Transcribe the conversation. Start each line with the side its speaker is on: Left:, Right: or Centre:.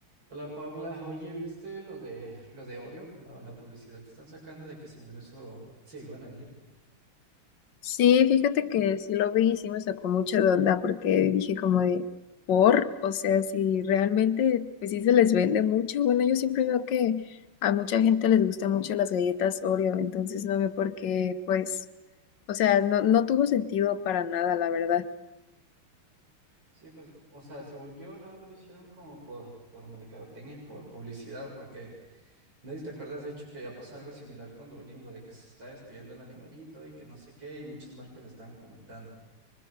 Right: Hola Paula, oye, ¿viste lo de lo de Oreo, con la, la publicidad que están sacando de que según eso se iban a ir?
Left: Sí, fíjate que sí lo vi y sí me sacó mucho de onda porque dije como de, por, o sea, si realmente, pues sí se les vende mucho. Bueno, yo siempre veo que a mucha gente les gustan mucho las galletas Oreo, entonces no veo por qué, pues, o sea, no, no tuvo sentido para nada, la verdad.
Right: Sí, pues, o sea, según yo nada más lo hicieron como por, por mercadotecnia, por publicidad, porque nadie te acuerdas de hecho que ya pasó algo similar con Duolingo, de que se está despidiendo el animalito y que no sé qué, y muchas marcas le estaban comentando.